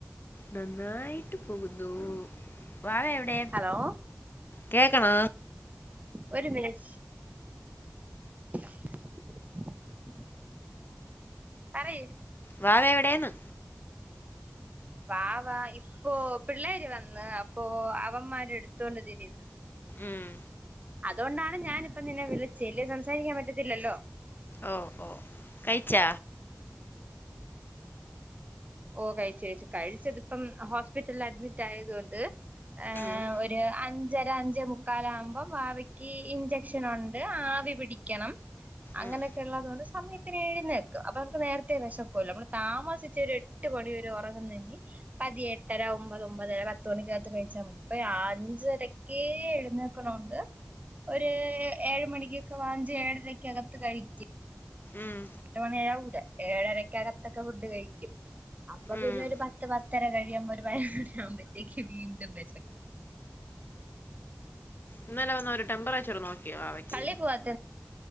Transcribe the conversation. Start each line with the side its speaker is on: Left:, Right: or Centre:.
Left: നന്നായിട്ടു പോകുന്നു വാവ എവിടെ
Right: ഹലോ
Left: കേക്കണാ
Right: ഒരുമിനിറ്റ് <inaudible> പറയ്
Left: വാവ എവിടേന്ന്
Right: വാവ ഇപ്പൊ പിള്ളേര് വന്ന് അപ്പോൾ അവൻമാൻ എടുത്തോണ്ട് തിരിയുന്നു
Left: ഉം
Right: അതോണ്ടാണ് ഞാൻ ഇപ്പോ നിന്നെ വിളിച്ച അല്ലെങ്കിൽ സംസാരിക്കാൻ പറ്റത്തില്ലല്ലോ
Left: ഓ ഓ കഴിച്ചാ
Right: ഓ കഴിച്ച് കഴിച്ച് കഴിച്ചത് ഇപ്പോ ഹോസ്പിറ്റലിൽ അഡ്‌മിറ്റ് ആയത് കൊണ്ട് ഏ്
Left: ഉം
Right: ഒരു അഞ്ചര അഞ്ചമുക്കാൽ ആകുമ്പോൾ വാവക്ക് ഇൻജക്ഷൻ ഉണ്ട് ആവി പിടിക്കണം അങ്ങനെയെക്കെ
Left: ഉം
Right: ഉള്ളത് കൊണ്ട് സമയത്തിന് എഴുന്നേൽക്കും അപ്പോൾ നമുക്ക് നേരത്തെ വിശക്കുമല്ലോ നമ്മള് താമസിച്ച് ഒരു എട്ട് എട്ട് മണിവരെ ഉറങ്ങുന്നങ്കിൽ പതിയെ എട്ടരാ ഒൻപത് ഒൻപത് അരാ പത്ത് മണിക്കകത്തിട്ട് കഴിച്ചാ മതി ഇപ്പോ അഞ്ചരക്കെ എനിക്കണോണ്ട് ഒരു ഏഴു മണിക്ക് വാങ്ങിച്ച് ഏഴരക്ക് അകത്ത് കഴിക്കും
Left: ഉം
Right: എട്ടുമണി ആവൂല ഏഴ് അരക്കകത്ത് ഒക്കെ ഫുഡ് കഴിക്കും അപ്പോൾ പിന്നെ
Left: ഉം
Right: ഒരു പത്ത് പത്തര കഴിയുമ്പോൾ പതിനൊന്ന് മണി ആകുമ്പോൾ വീണ്ടും വിശക്കും
Left: ഇന്നലെ വന്നവര് ടെമ്പറേച്ചർ നോക്കി നോക്കിയോ വാവക്ക്
Right: പള്ളി പോവാത്ത